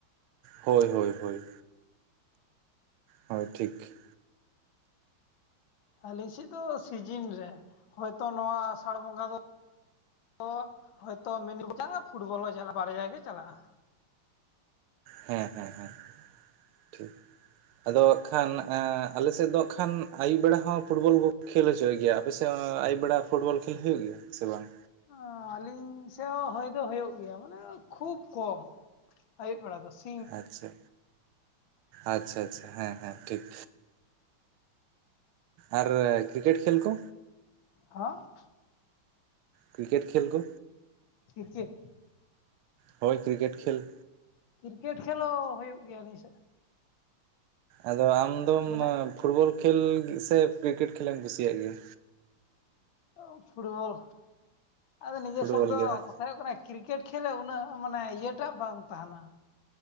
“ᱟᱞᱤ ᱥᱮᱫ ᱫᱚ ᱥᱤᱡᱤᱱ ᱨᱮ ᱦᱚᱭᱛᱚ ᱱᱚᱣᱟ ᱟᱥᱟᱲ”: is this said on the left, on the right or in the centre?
Left